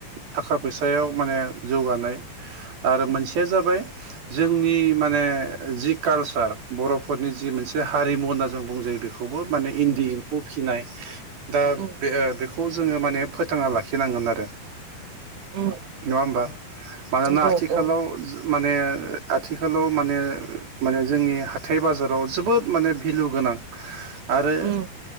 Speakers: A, on the right; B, on the right.
A: थाखा फैसायाव माने जौगानाय आरो
B: उम
A: मोनसेया जाबाय जोंनि माने जि कालसार बर'फोरनि जि मोनसे हारिमु होनना जों बुं बेखौबो माने इन्दि एम्फौ फिसिनाय दा
B: उम
A: बे ओ बेखौ जोङो माने फोथांना लाखिनांगोन आरो।
B: उम
A: नङा होमबा? मानोना
B: नंगौ
A: आथिखालाव
B: औ
A: माने आथिखालाव माने माने जोंनि हाथाइ बाजाराव जोबोद माने भेलु गोन नां आरो
B: उम